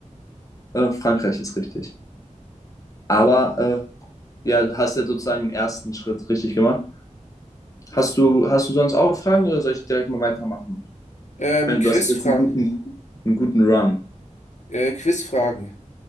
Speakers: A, on the left; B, on the left.
A: äh, Frankreich ist richtig. Aber äh, ja, du hast ja sozusagen im ersten Schritt richtig gemacht. Hast du, hast du sonst auch Fragen oder soll ich direkt mal weitermachen?
B: Ähm,
A: Ich meine,
B: Quizfra
A: du hast jetzt einen guten, einen guten Run.
B: äh, Quizfragen.